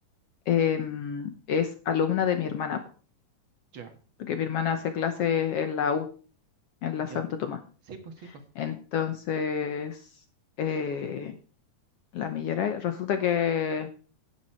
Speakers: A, on the left; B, on the right.
A: em, es alumna de mi hermana, po,
B: ya,
A: porque mi hermana hace clases en la U, en
B: ya.
A: la Santo Tomás.
B: Sí, pues sí, pues.
A: Entonces, eh, la Millaray, resulta que